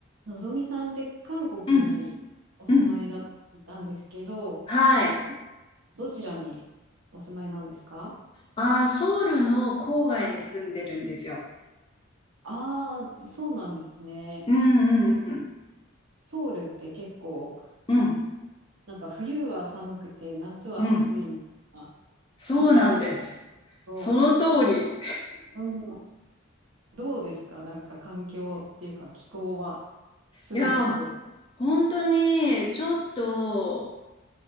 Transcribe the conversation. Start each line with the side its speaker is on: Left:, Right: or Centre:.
Right: のぞみさんって韓国にお住まいだと聞いたんですけど、
Left: うん、うん。はい。
Right: かどちらにお住まいなんですか
Left: あー、ソウルの郊外に住んでるんですよ。
Right: ああー、そうなんですね。
Left: うんうん
Right: ソウルって結構、
Left: うん。
Right: なんか冬は寒くて夏は暑いみたいな
Left: うんうん。そうなんです。
Right: 聞いたことと、
Left: その通り。
Right: うんどうですかなんか環境っていうか気候は住んでみて。
Left: いやー、本当にちょっと、